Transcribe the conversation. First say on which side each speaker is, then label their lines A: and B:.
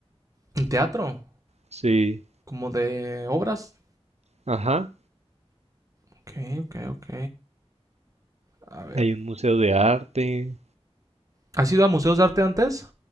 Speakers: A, on the right; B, on the right.
A: <laughs> ¿En teatro?
B: Sí,
A: ¿Como de obras?
B: ajá.
A: Ok, ok, ok. A ver.
B: Hay un museo de arte.
A: ¿Has ido a museos de arte antes?